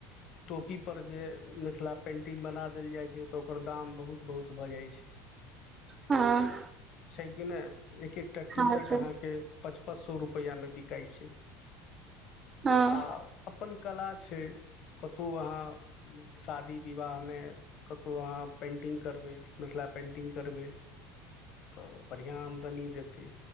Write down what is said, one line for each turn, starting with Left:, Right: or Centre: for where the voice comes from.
Left: टोपी पर जे मिथिला पेंटिंग बना देल जाइ छै तऽ ओकर दाम बहुत बहुत भऽ जाइ छै
Right: हँ
Left: छै कि नहि एक एकटा टी
Right: हँ
Left: शर्ट
Right: सर
Left: अहाँके पाँच पाँच सौ रुपया मे बिकाइ छै
Right: हँ
Left: आ अपन कला छै कतहु अहाँ शादी विवाह मे कतहु अहाँ पेन्टिंग करबै मिथिला पेन्टिंग करबै त बढ़िया आमदनी दैते